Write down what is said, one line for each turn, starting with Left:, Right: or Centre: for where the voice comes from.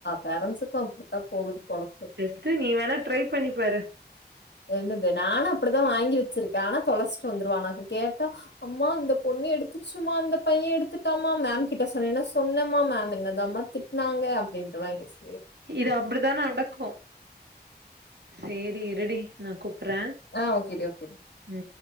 Left: பேரண்ஸுக்கு அப்டித்தா போகுது பொலப்பு
Right: ஜஸ்டு நீ வேணா ட்ரை பண்ணிப்பாரு
Left: என்னது நானு அப்படித்தா வாங்கி வெச்சிருக்கே ஆனா தொலஸ்ட்டு வந்துருவா நா கேட்டா அம்மா இந்த பொண்ணு எடுத்துருச்சுமா இந்த பைய எடுத்துட்டாமா மேம் கிட்ட சொன்னின்னா சொன்னேமா மேம் என்னதாமா திட்னாங்க அப்டின்ட்டு வாய்ங்கிச்
Right: இது அப்டித்தா நடக்கு சேரி இருடி நா கூப்பிறே
Left: ஆ ஓகேடி ஓகேடி
Right: ம்